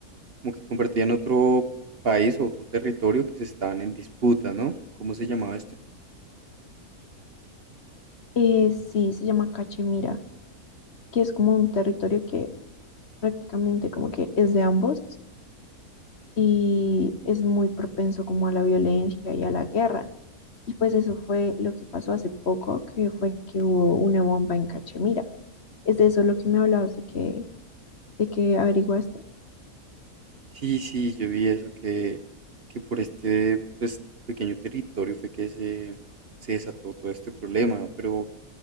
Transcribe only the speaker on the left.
Eh, sí, se llama Cachemira, que es como un territorio que prácticamente como que es de ambos y es muy propenso como a la violencia y a la guerra. Y pues eso fue lo que pasó hace poco, que fue que hubo una bomba en Cachemira. ¿Es de eso lo que me hablabas de que, de que averiguaste?